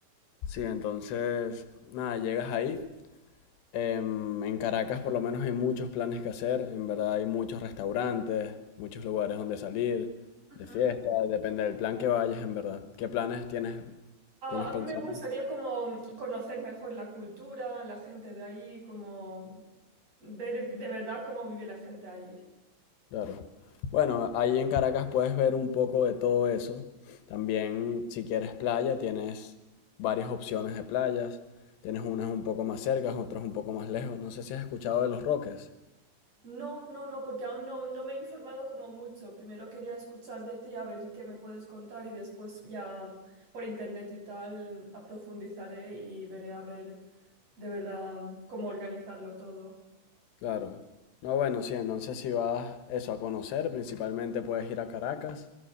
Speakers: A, on the left; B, on the right.
A: Sí, entonces, nada, llegas ahí, Em, en Caracas por lo menos hay muchos planes que hacer, en verdad hay muchos restaurantes, muchos lugares donde salir,
B: Ujú.
A: de fiesta, depende del plan que vayas, en verdad. ¿Qué planes tienes,
B: Ah,
A: tienes
B: a
A: pensado?
B: mí me gustaría como conocer mejor la cultura, la gente de ahí, como ver de verdad cómo vive la gente ahí.
A: Claro. Bueno, ahí en Caracas puedes ver un poco de todo eso. También si quieres playa, tienes varias opciones de playas. Tienes unas un poco más cercas, otras un poco más lejos. No sé si has escuchado de Los Roques.
B: No, no, no, porque aún no, no me he informado como mucho. Primero quería escuchar de ti, a ver qué me puedes contar y después ya por internet y tal aprofundizaré y veré a ver de verdad cómo organizarlo todo.
A: Claro. No, bueno, sí, entonces si vas eso a conocer, principalmente puedes ir a Caracas.